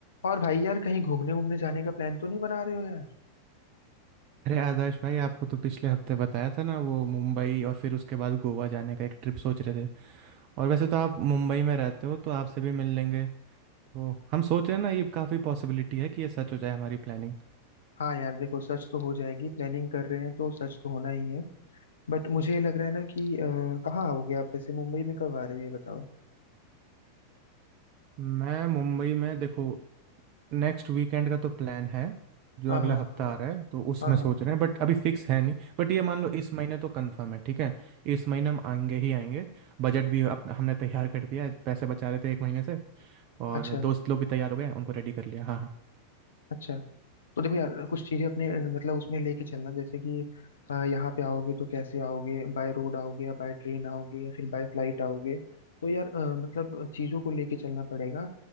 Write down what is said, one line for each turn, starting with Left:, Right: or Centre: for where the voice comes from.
Left: और भाई यार कहीं घूमने वूमने जाने का प्लान तो नहीं बना रहे हो यार
Right: अरे आदर्श भाई आपको तो पिछले हफ्ते बताया था ना वो मुंबई और फिर उसके बाद गोवा जाने का एक ट्रिप सोच रहे थे और वैसे तो आप मुंबई में रहते हो तो आपसे भी मिल लेंगे तो हम सोच रहे हैं ना ये काफ़ी पॉसिबिलिटी है कि ये सच हो जाए हमारी प्लानिंग
Left: हाँ यार देखो सर्च तो हो जाएगी प्लानिंग कर रहे हैं तो सर्च तो होना ही है बट मुझे ये लग रहा है ना कि अ, कहाँ आओगे आप वैसे मुंबई में कब आ रहे हो ये बताओ
Right: मैं मुंबई में देखो नेक्स्ट वीकेंड का तो प्लान है जो
Left: हाँ
Right: अगला
Left: हाँ
Right: हफ्ता
Left: हाँ
Right: आ रहा है तो उसमें
Left: हाँ
Right: सोच
Left: हाँ
Right: रहे हैं बट अभी फिक्स है नहीं बट ये मान लो इस महीने तो कंफर्म है ठीक है इस महीने हम आएंगे ही आएंगे बजट भी अप- हमने तैयार कर दिया है पैसे बचा रहे थे एक महीने से और
Left: अच्छा
Right: दोस्त लोग भी तैयार हो गए उनको रेडी कर लिया हाँ हाँ।
Left: अच्छा तो देखो यार कुछ चीजें अपने अ, मतलब उसमें लेके चलना जैसे कि अ, यहाँ पे आओगे तो कैसे आओगे बाय रोड आओगे या बाय ट्रेन आओगे या फिर बाय फ्लाइट आओगे तो यार अ, मतलब चीजों को लेके चलना पड़ेगा